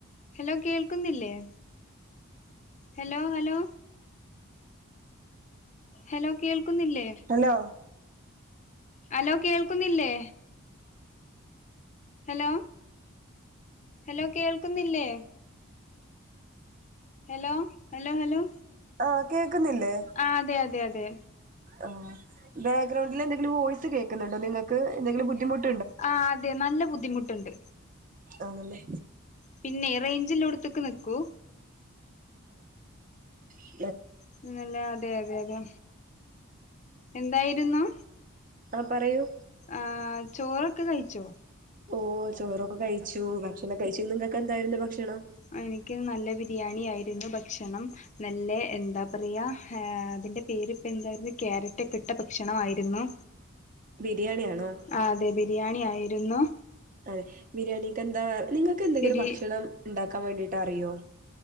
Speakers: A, on the left; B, on the right.
A: ഹലോ കേൾക്കുന്നില്ലേ ഹലോ ഹലോ ഹലോ കേൾക്കുന്നില്ലേ
B: ഹലോ
A: ഹലോ കേൾ ക്കുന്നില്ലേ ഹലോ ഹലോ കേൾക്കുന്നില്ലേ ഹലോ ഹലോ ഹലോ
B: ആഹ് കേക്കുന്നില്ലേ
A: ആ അതെ അതെ അതെ
B: ആ ബാക്ക്ഗ്രൗണ്ടിൽ എന്തെങ്കിലും വോയ്സ് കേക്കുന്നുണ്ടോ നിങ്ങൾക്ക് എന്തെങ്കിലും ബുദ്ധിമുട്ട്
A: ആ അതെ നല്ല ബുദ്ധിമുട്ടുണ്ട്
B: ആണല്ലേ
A: പിന്നെ റെയ്ഞ്ചില്ലോട്ത്ത്ക്ക് നിക്കൂ
B: ആ
A: പിന്നല്ല അതെ അതെ അതെ എന്തായിരുന്നു
B: ആ പറയൂ
A: ആ ചോറൊക്കെ കഴിച്ചോ
B: ഓ ചോറൊക്കെ കഴിച്ചു ഭക്ഷണം കഴിച്ചു നിങ്ങൾക്കെ ന്തായിരുന്നു ഭക്ഷണം
A: അ എനിക്ക് നല്ല ബി ബിരിയാണി ആയിരുന്നു ഭക്ഷണം നല്ല എന്താ പറയ ഹാ അതിന്റെ പേരിപ്പെ എന്താര്ന്നു ക്യാരറ്റെ‌ക്കിട്ട ഭക്ഷണമായ്രുന്നു
B: ബിരിയാണിയാണോ
A: ആഹ് അതെ ബിരിയാണി ആയിരുന്നു
B: അതെ ബിരിയാണിക്ക് എന്താ വേറെ നിങ്ങക്ക് എന്തെങ്കിലും
A: ബിരി
B: ഭക്ഷണം ഇണ്ടാക്കാൻ വേണ്ടിട്ടറിയോ